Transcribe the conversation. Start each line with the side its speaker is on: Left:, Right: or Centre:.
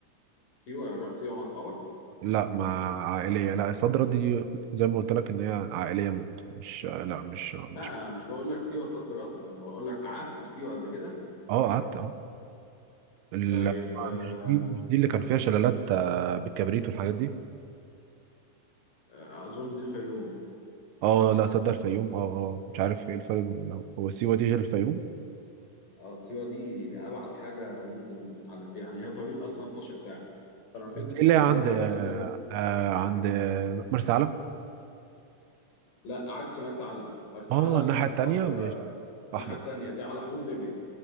Left: سيوه رحت سيوه مع اصحابك
Right: لا مع عائليه لا صد رد دي زي ما قلت لك ان هي عائليه موت مش لا مش مش
Left: لا مش بقول لك سيوه صد رد انا بقول لك قعدت في سيوه قبل كده
Right: اه قعدت اه لا
Left: طيب آه
Right: مش دي مش دي اللي كان فيها شلالات آه، بالكبريت والحاجات دي
Left: آه، اظن دي الفيوم
Right: اه لا صدق الفيوم اه آه، مش عارف ايه الفرق بين- هو سيوه دي غير الفيوم
Left: اه سيوة دي ابعد حاجة ممكن عن يعني هي طريق اصلا 12 ساعة فانا ما فهمتش
Right: مش دي اللي هي
Left: ازاي
Right: عند
Left: رحتها صد رد
Right: آه عند مرسى علم
Left: لا عكس مرسى علم مرسى
Right: اه
Left: علم
Right: الناحية التانية
Left: بحر
Right: مش
Left: الناحية
Right: أحمر
Left: التانية دي على حدود ليبيا